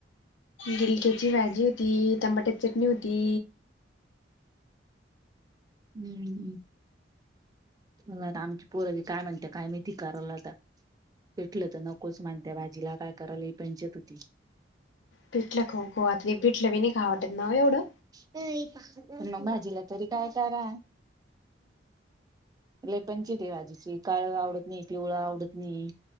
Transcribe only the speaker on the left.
गिलक्याची भाजी माझी होती टमाट्याची चटणी होती.
पीठलं खो खू आत पीठलं बी नाही काय आटत ना ओ एवढं.